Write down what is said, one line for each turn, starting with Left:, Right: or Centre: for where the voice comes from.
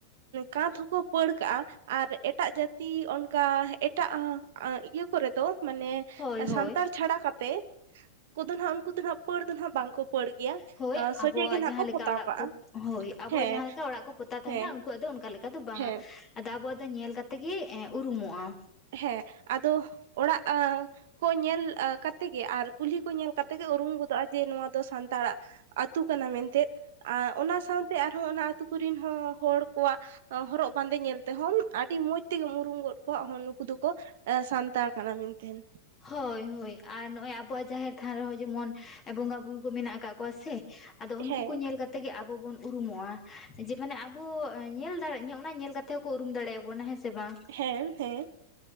Right: ᱠᱟᱸᱛ ᱦᱚᱸᱠᱚ ᱯᱟᱹᱲ ᱠᱟᱜᱼᱟ ᱟᱨ ᱮᱴᱟᱜ ᱡᱟᱹᱛᱤ ᱠᱟ ᱮᱴᱟᱜ ᱤᱭᱟᱹ, ᱠᱚᱨᱮ ᱫᱚ ᱢᱟᱱᱮ
Left: ᱦᱳᱭ ᱦᱳᱭ
Right: ᱥᱟᱱᱛᱟᱲ ᱪᱷᱟᱲᱟ ᱠᱟᱛᱮᱜ, ᱩᱱᱠᱩ ᱫᱚ ᱦᱟᱜ ᱩᱱᱠᱩ ᱫᱚ ᱟᱜ ᱯᱟᱹᱲ ᱫᱚ ᱱᱟᱜ ᱵᱟᱝᱠᱚ ᱯᱟᱹᱲ ᱜᱮᱭᱟ
Left: ᱦᱳᱭ
Right: ᱥᱚᱡᱷᱮ
Left: ᱟᱵᱚᱣᱟᱜ
Right: ᱜᱮ ᱱᱟᱦᱟᱜ
Left: ᱡᱟᱦᱟᱸ
Right: ᱠᱚ
Left: ᱞᱮᱠᱟ
Right: ᱯᱚᱛᱟᱣ
Left: ᱚᱲᱟᱜ
Right: ᱠᱟᱜᱼᱟ
Left: ᱠᱚ ᱦᱳᱭ ᱟᱵᱚᱣᱟᱜ
Right: ᱦᱮᱸ
Left: ᱡᱟᱦᱟᱸ ᱞᱮᱠᱟ ᱚᱲᱟᱜ ᱠᱚ ᱯᱚᱛᱛᱟ ᱛᱟᱦᱮᱱᱟ
Right: ᱦᱮᱸ
Left: ᱩᱱᱠᱩᱣᱟᱜ ᱫᱚ ᱚᱱᱠᱟ ᱞᱮᱠᱟ ᱫᱚ ᱵᱟᱝᱼᱟ,
Right: ᱦᱮᱸ
Left: ᱟᱫᱚ ᱟᱵᱚ ᱫᱚ ᱧᱮᱞ ᱠᱟᱛᱮᱜ ᱜᱮ ᱩᱨᱩᱢᱚᱜᱼᱟ,
Right: ᱦᱮᱸ ᱟᱫᱚ ᱚᱲᱟᱜ ᱠᱚ ᱧᱮᱞ ᱠᱟᱛᱮ ᱜᱮ ᱟᱨ ᱠᱩᱞᱦᱤ ᱠᱚ ᱧᱮᱞ ᱠᱟᱛᱮ ᱜᱮ ᱩᱨᱩᱢ ᱜᱚᱫᱚᱜᱼᱟ ᱡᱮ ᱱᱚᱣᱟ ᱫᱚ ᱥᱟᱱᱛᱟᱲᱟᱜ ᱟ ᱟᱹᱛᱩ ᱠᱟᱱᱟ ᱢᱮᱱᱛᱮ, ᱟᱨ ᱚᱱᱟ ᱥᱟᱶᱛᱮ ᱟᱨᱦᱚᱸ ᱚᱱᱟ ᱟᱹᱛᱩ ᱠᱚᱨᱮᱱ ᱦᱚᱸ ᱦᱚᱲ ᱠᱚᱣᱟᱜ ᱦᱚᱨᱚᱜ ᱵᱟᱸᱫᱮ ᱧᱮᱞ ᱛᱮᱦᱚᱸᱢ ᱟᱹᱰᱤ ᱢᱚᱸᱡᱽ ᱛᱮᱜᱮᱢ ᱩᱨᱩᱢ ᱜᱚᱫ ᱠᱚᱣᱟ ᱚᱦᱚ ᱱᱩᱠ ᱠᱩ ᱫᱚᱠᱚ ᱮ ᱥᱟᱱᱛᱟᱲ ᱠᱟᱱᱟ ᱢᱮᱱᱛᱮᱱ᱾
Left: ᱦᱳᱭ ᱦᱳᱭ ᱟᱨ ᱱᱚᱜ-ᱚᱭ ᱟᱵᱚᱣᱟᱜ ᱡᱟᱦᱮᱨ ᱛᱷᱟᱱ ᱨᱮᱦᱚᱸ ᱡᱮᱢᱚᱱ ᱵᱚᱸᱜᱟ ᱵᱩᱨᱩ ᱠᱚ ᱢᱮᱱᱟᱜ ᱟᱠᱟᱫ ᱠᱚᱣᱟ ᱥᱮ᱾ ᱟᱫᱚ ᱩᱱᱠᱩ
Right: ᱦᱮᱸ
Left: ᱠᱚ ᱧᱮᱞ ᱠᱟᱛ ᱛᱮᱜᱮ ᱟᱵᱚ ᱵᱚᱱ ᱩᱨᱩᱢᱚᱜ-ᱟ ᱡᱮ ᱢᱟᱱᱮ ᱟᱵᱚ ᱧᱮᱞ ᱫᱟᱲᱮᱜ ᱧᱮ ᱚᱱᱟ ᱧᱮᱞ ᱠᱟᱛᱮ ᱦᱚᱸᱠᱚ ᱩᱨᱩᱢ ᱫᱟᱲᱮᱭᱟᱵᱚᱱᱟ, ᱦᱮᱸ ᱥᱮ ᱵᱟᱝ?
Right: ᱦᱮᱸ ᱦᱮᱸ᱾